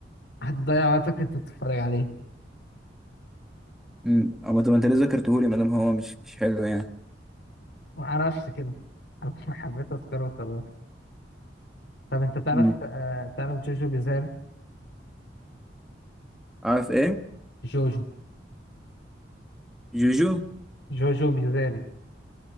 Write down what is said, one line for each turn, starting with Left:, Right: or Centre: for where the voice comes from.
Left: هتضيع وقتك وانت بتتفرج عليه
Centre: امم أما طب انت ليه ذكرتهولي ما دام هو مش مش حلو يعني
Left: معرفش كده أنا <laughs> حبيت اذكره وخلاص طب انت تعرف
Centre: مم.
Left: آه... تعرف جوجو بيزاري
Centre: عارف ايه
Left: جوجو
Centre: جوجو
Left: جوجو بيزاري